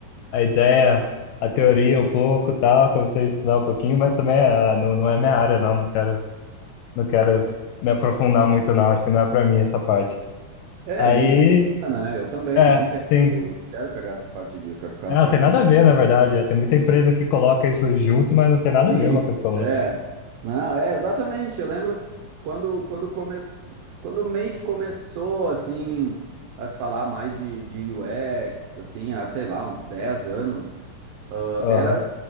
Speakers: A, on the left; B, on the right.
A: a ideia, a teoria um pouco, e tal, comecei a estudar um pouquinho, mas também ah, não, não é minha área, não, não quero, não quero me aprofundar muito, não, acho que não é pra mim essa parte.
B: É,
A: Aí,
B: e nem precisa, né? Eu também,
A: é,
B: eu não quero,
A: sim.
B: não quero pegar essa parte de, eu quero ficar
A: É,
B: na
A: não
B: parte
A: tem nada a ver, na verdade. é, Tem muita empresa que coloca isso junto, mas não tem nada a
B: Sim,
A: ver uma coisa com a outra.
B: é. Não, é exatamente. Eu lembro quando quando começou, quando meio que começou assim a se falar mais de, de UX, assim, há, sei lá, uns 10 anos, ah,
A: Aham.
B: era, era-